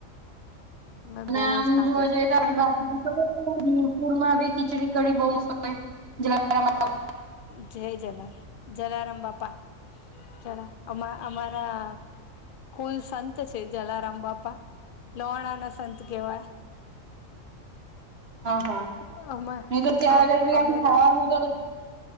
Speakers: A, on the left (about 60°); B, on the right (about 50°).
A: મેં
B: અને
A: બહુ
B: આમ
A: જ ખાધી
B: જોવા
A: છે.
B: જઈએ તો આપડી બાજુ <unintelligible> પુર માં ખીચડી કાઢી <unintelligible>
A: જય જલાર જલારમ બાપા જલ અ અમારા કુલ સંત છે જલારામ બાપા લોહણા ના સંત કેવાય.
B: હા હા
A: અમે
B: ને તો અગર બી
A: અમે
B: આમ ખાવાનું
A: લો
B: <unintelligible>